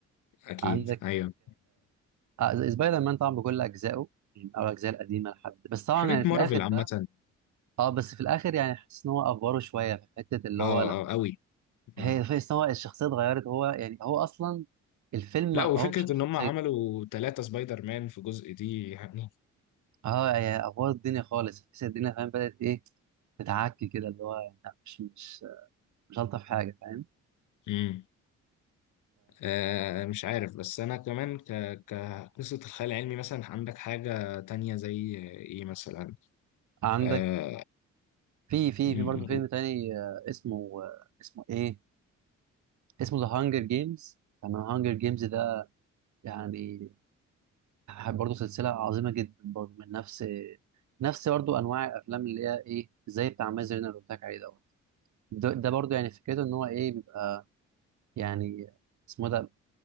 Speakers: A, on the left (about 85°); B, on the right (about 70°).
A: اكيد
B: عندك
A: ايوه
B: آه سبايدر مان طبعا بكل اجزائه يعني او الاجزاء القديمه لحد بس طبعا
A: حاجات
B: يعني في
A: مارفل
B: الاخر
A: عامة
B: بقى اه بس في الاخر يعني حاسس ان هو افوره شويه في حته اللي
A: اه
B: هو لما
A: اه قوي
B: هي
A: آه.
B: في ان هو الشخصيه اتغيرت هو يعني هو اصلا الفيلم
A: لا
B: هو
A: وفكرة
B: مش بشخصيته
A: ان هم عملوا ثلاثة سبايدر مان في جزء دي يعني
B: اه يا افوار الدنيا خالص تحس الدنيا فاهم بدأت ايه تتعكي كده اللي هو لا مش مش مش الطف حاجه فاهم
A: امم آه مش عارف بس انا كمان ك كقصة الخيال العلمي مثلا عندك حاجة تانية زي ايه مثلا
B: فعندك
A: اه,
B: في في
A: مم،
B: في برضه فيلم تاني آه، اسمه آه، اسمه ايه اسمه ذا هانجر جيمز تمام هانجر جيمز ده يعني برضه سلسله عظيمه جدا برضه من نفس نفس برضه انواع الافلام اللي هي ايه زي بتاع مازن اللي قلت لك عليه دوت ده ده برضه يعني فكرته ان هو ايه بيبقى يعني اسمه ده